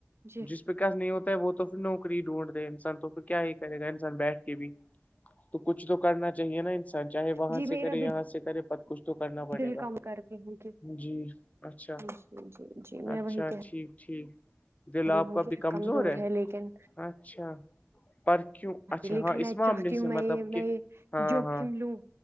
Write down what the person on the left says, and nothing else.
جیس وکس نہیں ہوتا ہے وہ تو پھر نوکری ڈھونڈ دے انسان تو پھر کیا ہی کرے گا انسان بیٹھ کے بھی تو کچھ تو کرنا چاہیے نا انسان چاہے وہاں
سے
کرے یہاں
سے کرے پت کچھ تو کرنا پڑے
گا
جی اچھا
اچھا
ٹھیک ٹھیک دل
آپ
کا
بھی کمزور ہے
اچھا پر کیوں اچھا
ہاں اس
معاملے
سے
مطلب
کہ
ہاں
ہاں